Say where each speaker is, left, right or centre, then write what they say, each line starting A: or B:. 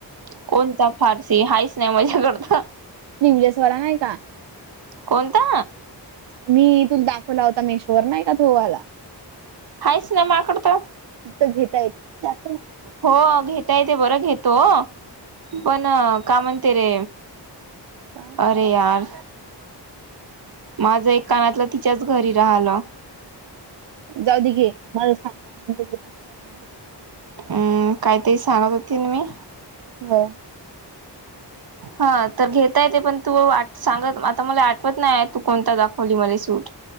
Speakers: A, on the right; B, on the right.
A: कोणता फारसी हाहीच नाही माझ्याकडता.
B: स्लीवलेसवाला नाही का?
A: कोणता
B: मी तुला दाखवला होता मेशवर नाही का तो वाला.
A: हायेच नाय मा कडे तो.
B: तर घेता येत जास
A: हो घेता येते बरं घेतो पण ना का म्हणते
B: काय
A: अरे यार माझं एक कानातलं तिच्याच घरी राहिलं.
B: जाऊ दे की मला सांग. <inaudible> स
A: हम्म, काहीतरी सांगत होती ना मी?
B: हो
A: हा तर घेता येते पण तू आठ सांगत आता मला आठवत नाही तू कोणता दाखवली माली सूट.